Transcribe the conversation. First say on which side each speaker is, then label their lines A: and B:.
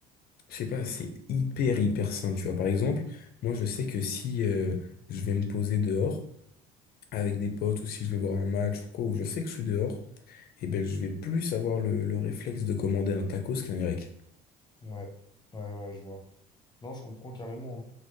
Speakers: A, on the left; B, on the left.
A: Je sais pas, c'est hyper hyper sain, tu vois. Par exemple, moi je sais que si euh, je vais me poser dehors avec des potes ou si je vais voir un match ou quoi, où je sais que je suis dehors, et ben je vais plus avoir le, le réflexe de commander un tacos qu'un grec.
B: Ouais. Ouais, ouais, je vois. Non, je comprends carrément. hein.